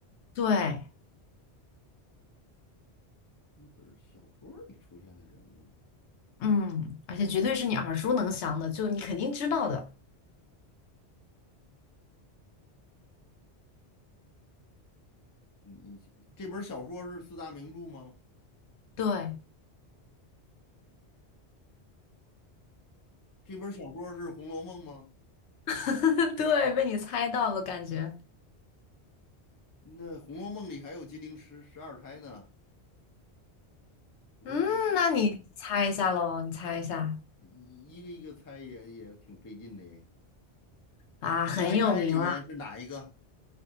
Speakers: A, on the left; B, on the left.
A: 对，
B: 一本小说里出现的人物，
A: 嗯，而且绝对是你耳熟能详的，就你肯定知道的，
B: 你你这本小说是四大名著吗？
A: 对，
B: 这本小说是《红楼梦》吗？
A: <laughs> 对，被你猜到了，感觉。
B: 那《红楼梦》里还有金陵十十二钗呢，我得
A: 嗯，那你猜一下喽，你猜一下
B: 一一个一个猜也也挺费劲的耶。
A: 啊，很有名啦。
B: 五代钗里面是哪一个？